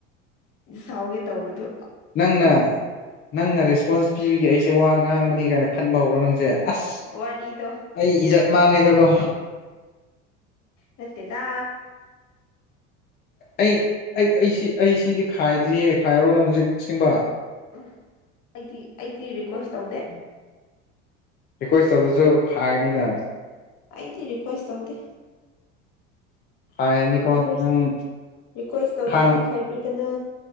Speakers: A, on the left; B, on the left.
A: ꯁꯥꯎꯒꯦ ꯇꯧꯕꯗꯨ
B: ꯅꯪꯅ ꯅꯪꯅ ꯔꯦꯁꯄꯣꯟꯁ ꯄꯤꯕꯤꯒꯤ ꯑꯩꯁꯦ ꯋꯥ ꯉꯥꯡꯕꯅꯤ ꯀꯥꯏꯅ ꯈꯟꯕ ꯍꯧꯕ꯭ꯔꯥ ꯅꯪꯁꯦ ꯑꯁ
A: ꯋꯥꯔꯤꯗꯣ
B: ꯑꯩ ꯏꯖꯠ ꯃꯥꯡꯉꯦꯗꯀꯣ
A: ꯅꯠꯇꯦꯗꯥ
B: ꯑꯩ ꯑꯩ ꯑꯩꯁꯤ ꯑꯩ ꯁꯤꯗꯤ ꯈꯥꯏꯗ꯭ꯔꯤꯍꯦ ꯈꯥꯏꯔꯣꯔꯣ ꯅꯪ ꯍꯧꯖꯤꯛ ꯑꯁꯦꯡꯕ
A: ꯎꯝ ꯑꯩꯗꯤ ꯑꯩꯗꯤ ꯔꯤꯀ꯭ꯋꯦꯁ ꯇꯧꯗꯦ
B: ꯔꯤꯀ꯭ꯋꯦꯁ ꯇꯧꯗꯁꯨ ꯈꯥꯏꯅꯤꯅ
A: ꯑꯩꯗꯤ ꯔꯤꯀ꯭ꯋꯦꯁ ꯇꯧꯗꯦ
B: ꯈꯥꯏꯔꯅꯤꯀꯣ
A: ꯔꯤꯀ꯭ꯋꯦꯁ
B: ꯅꯪ
A: ꯔꯤꯀ꯭ꯋꯦꯁ ꯇꯧꯗ꯭ꯔꯗꯤ
B: ꯈꯥꯡ
A: ꯈꯥꯏꯕꯤꯒꯅꯣ